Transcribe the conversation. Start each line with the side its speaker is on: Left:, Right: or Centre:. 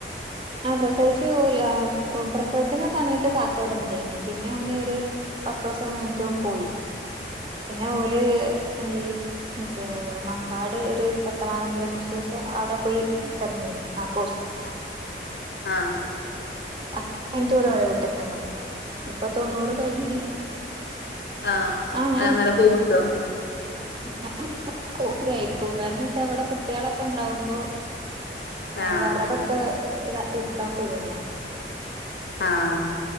Right: ആഹ പ്രസവിച്ചു ഓല്‌പ്രസവത്തിന്റെ സമയത്ത് കാക്ക ഇവിടണ്ടയിനി പിന്നെ ഓനെരു പത്ത് ദിവസം കഴിഞ്ഞിട്ട് ഓൻപോയി പിന്നെ ഓൽ ഈ മറ്റേ മമ്പാട് ഒരു പ്രസവാനന്ദര ശുശ്രൂഷ അവിടെ പോയി. കിടന്നീനീ നാല്പത് ദിവസം
Left: ആഹ
Right: അഹ് കഴിഞ്ഞിട്ട് ഓലെ വിട്ടക്കന്നെ പോയി ഇപ്പൊ തൊണ്ണൂറ് കഴിഞ്ഞ്
Left: ആഹ
Right: ആ ഞാൻ
Left: അങ്ങനെ പോവുണ്ടോ?
Right: <unintelligible> കാരണം വെച്ചാ അവിടെട്ട കുട്ടികളൊക്കെ ഉണ്ടാകുമ്പോ
Left: ആഹ്
Right: വിറകൊക്കെ എടുക്കാൻ പേടിയാ
Left: ആഹ